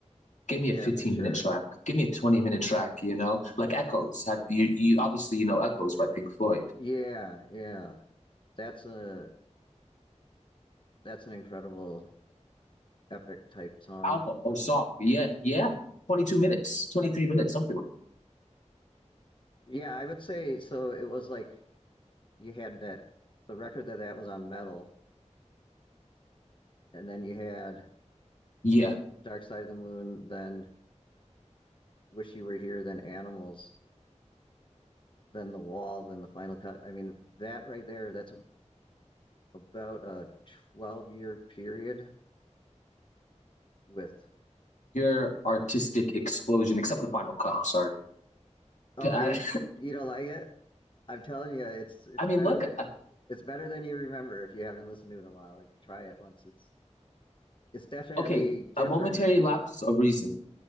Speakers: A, on the left (about 80°); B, on the left (about 40°).
A: Give me a
B: Yeah,
A: fifteen
B: for sure.
A: minute track. Give me a twenty minute track. You know, like Echoes. Have you? You obviously you know Echoes by Pink Floyd
B: Yeah. Yeah. That's a that's an incredible epic type song.
A: album or song. Yeah, yeah. Twenty two minutes, twenty three minutes, something like.
B: Yeah, I would say so. It was like you had that the record that that was on metal, and then you had
A: that. Yeah,
B: Dark Side of the Moon, then Wish You Were Here, then Animals. then the wall, then the final cut. I mean, that right there, that's a, about a 12 year period with,
A: your artistic explosion, except the final cut. I'm sorry.
B: oh,
A: I,
B: are you, you don't like it? I'm telling you, it's,
A: <laughs>
B: it's
A: I mean,
B: better
A: look.
B: that
A: uh,
B: it's better than you remember if you haven't listened to it in a while. Try it once. It's, it's definitely
A: Okay,
B: different.
A: a momentary lapse of reason.